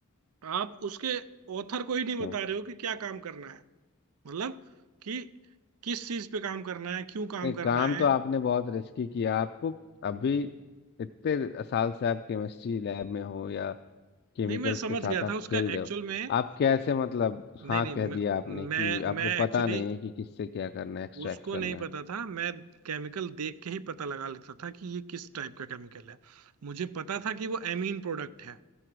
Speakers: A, on the right (about 85°); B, on the left (about 50°).
A: आप उसके ऑथर को ही नहीं
B: हम्म।
A: बता रहे हो कि क्या काम करना है मतलब कि किस चीज पे काम करना है क्यों काम
B: नहीं
A: करना
B: काम
A: है
B: तो आपने बहुत रिस्की किया आपको अभी इतने साल से आप केमिस्ट्री लैब में हो या केमिकल्स
A: नहीं मैं समझ
B: के साथ
A: गया
B: आप
A: था उसका
B: खेल रहे
A: एक्चुअल
B: हो
A: में
B: आप कैसे मतलब हाँ
A: नहीं नहीं
B: कह दिया
A: मैं
B: आपने
A: मैं,
B: कि
A: मैं
B: आपको पता
A: एक्चुअली
B: नहीं है कि किससे क्या करना है एक्सट्रैक्ट
A: उसको
B: करना
A: नहीं पता
B: है
A: था मैं केमिकल देख के ही पता लगा लेता था कि ये किस टाइप का केमिकल है मुझे पता था कि वो एमीन प्रोडक्ट है